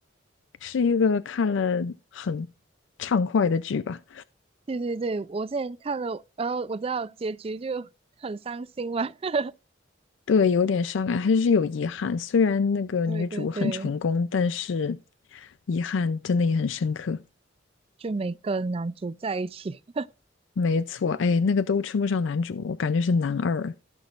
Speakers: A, on the left; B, on the right.
A: 是一个看了很畅快的剧吧？
B: 对对对，我之前看了，然后我知道结局就很伤心嘛。<laughs>
A: 对，有点伤感，还是有遗憾。虽然那个女主很成功，
B: 对对对，
A: 但是遗憾真的也很深刻。
B: 就没跟男主在一起。
A: 没错，哎，那个都称不上男主，我感觉是男二